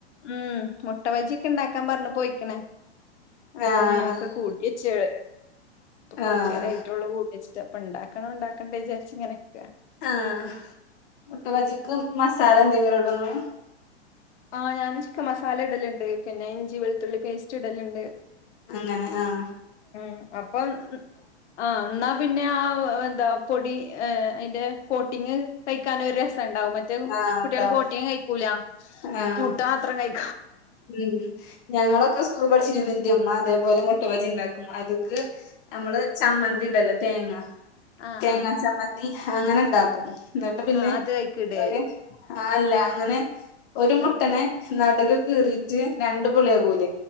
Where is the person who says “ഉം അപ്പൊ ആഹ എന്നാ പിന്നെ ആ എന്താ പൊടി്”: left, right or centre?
Left